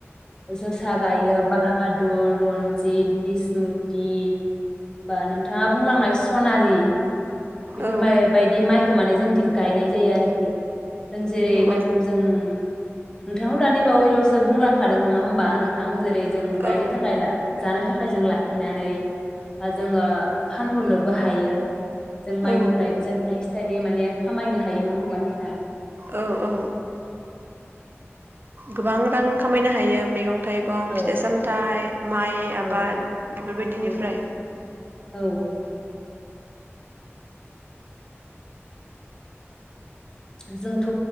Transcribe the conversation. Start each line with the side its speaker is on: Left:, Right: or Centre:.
Left: जोसा गायो बाहादुर र-रन्जित, बिसमुति बा नों नोंथाङा बुंलांनाय सनालि। बेफोर
Right: औ
Left: माइ बायदि माइ खौ माने जोंथिं गायनाय जायो आरोखि। जों जेरै माइखौ
Right: औ
Left: जों नोंथां दानि बावैल'सो बुंलांखादों नङा होमबा नोंथां जेरै जों गायनो
Right: औ
Left: थाखाय ला जानो थाखाय जों लाखिनानै जोङो फानहरनोबो हायो। जों माइनिफ्रायबो
Right: औ
Left: जों थाइसे थाइनै माने खामायनो हायो नङा होमबा नोंथां।
Right: औ औ गोबां रां खामायनो हायो मैगं मैगं थाइगं
Left: औ
Right: फिथाइ सामथाइ माइ
Left: औ
Right: आबाद बेफोरबायदिनिफ्राय।
Left: औ औ जोंथ'